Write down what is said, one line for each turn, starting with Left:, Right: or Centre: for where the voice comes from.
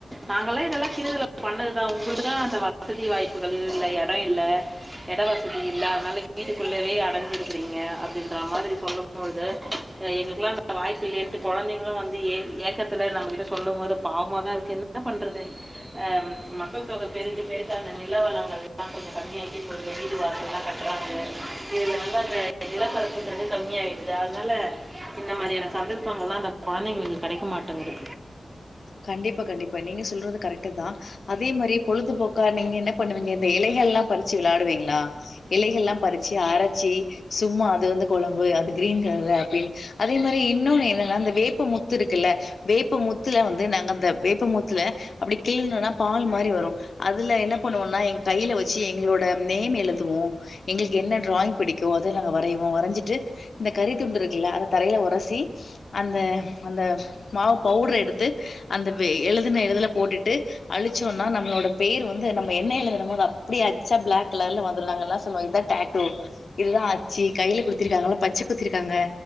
Right: நாங்களா இதெல்லா சின்னதுல பண்ணதுதா உங்களுக்குதா அந்த வசதி வாய்ப்புகள் இல்லை இட இல்ல இட வசதி இல் வீட்டுக்குள்ளவே அடஞ்சிருக்கிறீங்க அப்டின்ற மாரி சொல்லும்போது அ எங்குளுக்லா வாய்ப்பில இருந்து கொழந்தைங்ளு வந்து ஏ ஏக்கத்துல நம்மகிட்ட சொல்லும் போது பாவமாதா இருக்கு என்ன பண்றது அ மக்கள் தொகை பெருக்கு பெருச அந்த நிலவளங்கள் எல்லா கொஞ்சோ கம்மியாக்கி போ வீடு வாச எல்லா க இதுல அந்த <inaudible> நிலக்கரத்துங்கிறது கம்மிய ஆயிடுது அதனால இந்த மாரியான சந்தர்ப்பங்கள்லா அந்த கொழந்தைங்களுக் கெடைக்க மாட்டேங்குது
Left: கண்டிப்பா கண்டிப்பா நீங்க சொல்றது கரெக்ட்டு தா அதே மாரி பொழுதுபோக்கா நீங்க என்ன பண்ணுவீங்க இந்த இலைகள் எல்லா பறிச்சு விளையாடுவீங்ளா இலைகள்லா பறிச்சு அரச்சி சும்மா அது வந்து கொழம்பு அது கிரீன் கலரு அப்டின் அதே மாரி இன்னொன்னு என்னன்னா அந்த வேப்பமுத்து இருக்குல்ல வேப்ப முத்துல வந் து நாங்க அந்த வேப்பமூத்துல அப்டி கில்னனா பால் மாரி வரு அதுல என்ன பண்ணுவோனா எங்க கையில வச்சு எங்களோட நேம் எழுதுவோ எங்களுக்கு என்ன டிராயிங் பிடிக்கோ அத நாங்க வரைவோ வரஞ்சிட்டு இந்த கறி துண்டு இருக்குல்ல அந்த தரையில உரசசி அந்த அந்த மாவு பவுட்ர எடுத் து அந்த எழுதுன இழுதுல போட்டுட்டு அழிச்சோனா நம்மளோட பேர் வந்து நம்ம என்ன எழுதுனமோ அது அப்டி அச்சா பிளாக் கலர்ல வந்துடு நாங்கல்ல சொல்வோ இதுதா டேட்டோ இதுதா அச்சு கையில குடுத்திருக்காங்கல்லா பச்ச குத்திருக்காங்க